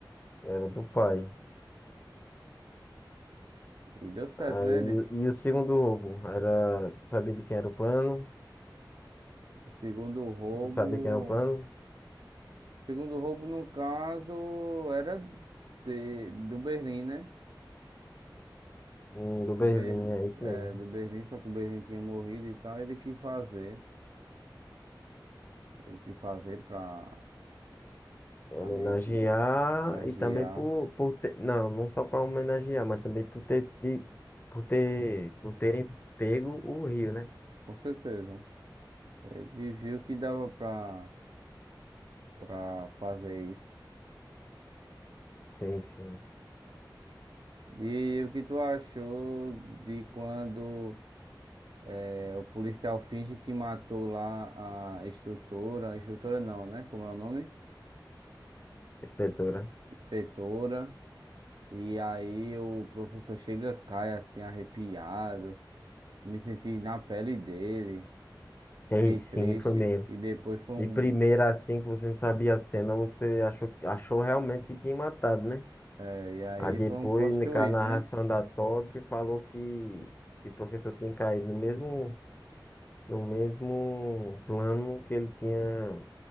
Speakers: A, on the left; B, on the right.
A: Era do pai.
B: E deu certo,
A: Aí,
B: né? Ele...
A: e o segundo roubo era, tu sabia de quem era o plano?
B: O segundo roubo.
A: Tu sabia quem era o plano?
B: O segundo roubo, no caso, era de... do Berlim, né?
A: Hum,
B: do,
A: do Berlim,
B: Ber,
A: é isso
B: é,
A: mesmo.
B: do Berlim, só que o Berlim tinha morrido e tal, ele quis fazer. Ele quis fazer pra,
A: Homenagear
B: pra meio que homenagear,
A: e também por, por ter, não, não só para homenagear, mas também por ter, ti- por ter, por terem pego o Rio, né?
B: com certeza. Ele viu que dava pra, pra fazer isso.
A: Sim, sim,
B: E o que tu achou de quando eh, o policial finge que matou lá a instrutora, instrutora não, né? Como é o nome?
A: inspetora.
B: Inspetora. E aí o professor chega, cai assim, arrepiado. Me senti na pele dele, fiquei
A: Ei, sim,
B: triste
A: foi mesmo.
B: e depois foi
A: De
B: um.
A: primeira assim que você não sabia a cena, você achou, achou realmente que tinha matado, né?
B: eh, E aí
A: Aí depois,
B: foi um plot
A: na
B: twist,
A: com a narração
B: né?
A: da Tóquio, falou que, que o professor tinha caído no mesmo, no mesmo plano que ele tinha